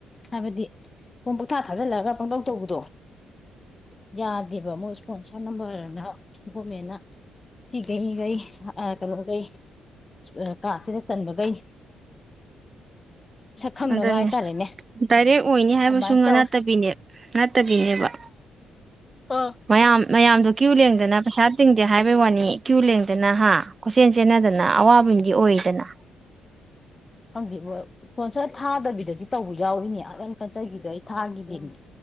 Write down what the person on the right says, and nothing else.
ꯑꯗꯨꯅꯦ
ꯗꯥꯏꯔꯦꯛ ꯑꯣꯏꯅꯤ ꯍꯥꯏꯕꯁꯨ
ꯅꯠꯇꯕꯤꯅꯦ
ꯅꯠꯇꯕꯤꯅꯦꯕ
ꯃꯌꯥꯝ ꯃꯌꯥꯝꯗꯣ ꯀ꯭ꯌꯨ ꯂꯦꯡꯗꯅ ꯄꯩꯁꯥ ꯇꯤꯡ ꯍꯥꯏꯕꯩ ꯋꯥꯅꯤ ꯏ꯭ꯌꯨ ꯂꯦꯡꯗꯅ ꯍꯥ ꯀꯣꯏꯆꯦꯟ ꯆꯦꯟꯅꯗꯅ ꯑꯋꯥꯕꯗꯤ ꯑꯣꯏꯗꯅ